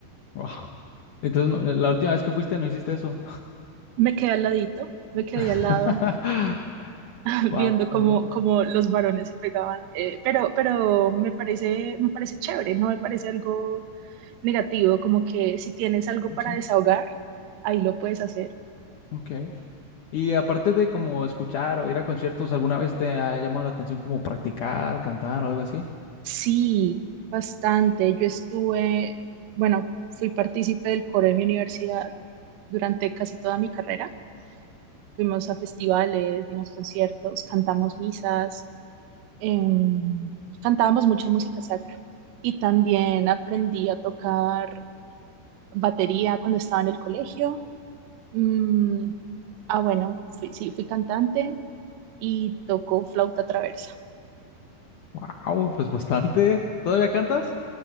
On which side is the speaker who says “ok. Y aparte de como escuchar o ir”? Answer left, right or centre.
Left